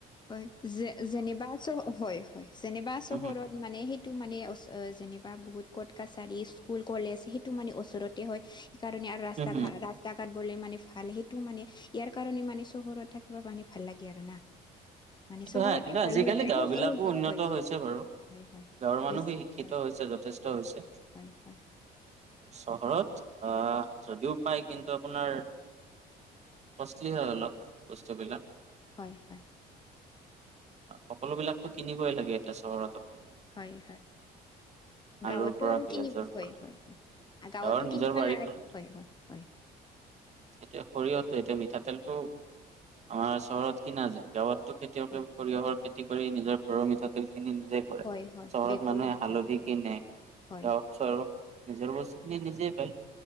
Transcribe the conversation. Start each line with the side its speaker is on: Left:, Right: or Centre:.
Left: হয় যে- যেনিবা চ- হয় - হয়, যেনেবা চহৰত
Right: উম হম,
Left: মানে সেইটো মানে ওচ- অ'- যেনেবা বহুত কৰ্ট-কাছাৰী, স্কুল-কলেজ, সেইটো মানে ওচৰতে হয়। সিকাৰণে আৰু ৰাস্তা-ঘাট
Right: উম হম।
Left: স্তা-ঘাট বোলে মানে ভাল। সেইটো মানে, ইয়াৰ কাৰণে মানে, চহৰত থাকিবা মানে, ভাল লাগে আৰু না। মানে
Right: কিন্তু
Left: চহৰতে
Right: হা কিন্তু
Left: ভাল
Right: আজিকালি
Left: হৈ যায়।
Right: গাঁওবিলাকো
Left: সহজো
Right: উন্নত
Left: হৈ যায়।
Right: হৈছে বাৰু।
Left: হয় - হয়। হয় - হয়,
Right: গাঁৱৰ মানুহো
Left: হৈছে।
Right: শিক্ষিত
Left: হয় -
Right: হৈছে
Left: হয়।
Right: যথেষ্ট হৈছে।
Left: হয় - হয়।
Right: চহৰত অ'- যদিও পায়, কিন্তু আপোনাৰ কোষ্টলি হয় অলপ, বস্তুবিলাক।
Left: হয় - হয়।
Right: সকলোবিলাকতো কিনিবই লাগে এতিয়া চহৰত আপুনি।
Left: হয় - হয়।
Right: আলুৰ
Left: গাঁৱতটো
Right: পৰা
Left: আৰু
Right: পিয়াজৰ
Left: কিনিব- হয়
Right: পৰা
Left: - হয় - হয়। গাঁৱতটো
Right: গাঁৱৰ নিজৰ
Left: কিনিবা
Right: বাৰীখনত
Left: নালাগে, হয় - হয় - হয়।
Right: এতিয়া সৰিয়হটো- এতিয়া মিঠাতেলটো আমাৰ চহৰত কিনা যায়। গাঁৱত টো খেতিয়কে
Left: হয়
Right: সৰিয়হৰ খেতি কৰি, নিজৰ ঘৰৰ মিঠাতেলখিনি নিজে কৰে।
Left: হয় হয়
Right: চহৰত
Left: বেকৰে
Right: মানুহে হালধি
Left: হয়
Right: কিনে।
Left: হয়
Right: গাঁৱত আৰু নিজৰ বস্তুখিনি নিজে পায়।